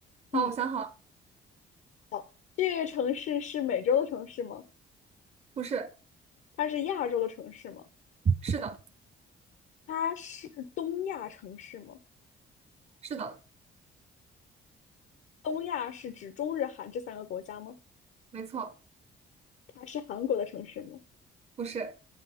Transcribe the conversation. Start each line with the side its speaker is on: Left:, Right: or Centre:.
Left: 嗯，
Right: 好，我想好了，
Left: 好，这个城市是美洲的城市吗？
Right: 不是，
Left: 它是亚洲的城市吗？
Right: 是的，
Left: 它是东亚城市吗？
Right: 是的，
Left: 东亚是指中日韩这三个国家吗？
Right: 没错，
Left: 它是韩国的城市吗？
Right: 不是，